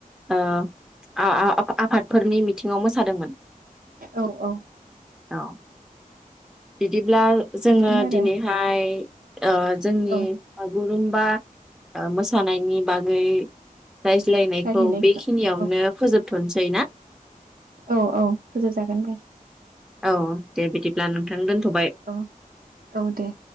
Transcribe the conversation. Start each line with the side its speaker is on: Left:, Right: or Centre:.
Centre: ओ आआ आफादफोरनि मिथिङाव मोसादोंमोन।
Right: औ औ।
Centre: औ बिदि। ब्ला जोङो
Right: बेफोरनो आरो
Centre: दिनैहाय। इ। ओ जोंनि
Right: औ
Centre: गुरुंबा मोसानायनि बागै। रायज्लायनायखौ
Right: रायलायनायखौ
Centre: बेखिनियावनो
Right: औ
Centre: फोजोब थ नोसै ना।
Right: औ औ फोजोबजागोन दे
Centre: औ दे बिदि। ब्ला नोंथां दोनथ'बाय।
Right: औ औ दे